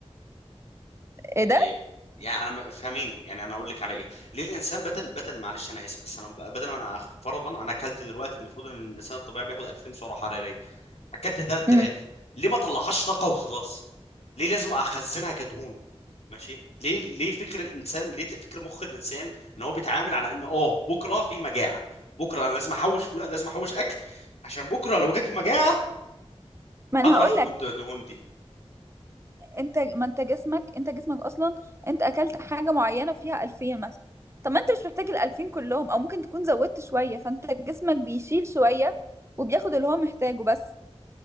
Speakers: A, on the right; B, on the left.
A: ايه
B: إيه
A: ده
B: يعني انا ما- فهميني يعني انا اقول لك على ايه ليه الانسان بدل بدل معلش انا اسف بس انا ب- بدل ما انا فرضا انا اكلت دلوقتي المفروض ان الانسان الطبيعي بياخد 2000 سعره حراريه اكلت 3000
A: مم.
B: ليه ما طلعهاش طاقه وخلاص ليه لازم اخزنها كدهون ماشي ليه ليه فكر الانسان ليه فكر مخ الانسان ان هو بيتعامل على ان اه بكره في مجاعه بكره انا لازم احوش فلو- لازم احوش اكل عشان بكره لو جت مجاعه
A: ما انا
B: اقدر
A: هقول
B: اخد
A: لك
B: من الدهون دي
A: انت ما انت جسمك انت جسمك اصلا انت اكلت حاجه معينه فيها 2000 مثلا طب ما انت مش محتاج ال 2000 كلهم او ممكن تكون زودت شويه فانت جسمك بيشيل شويه وبياخد اللي هو محتاجه بس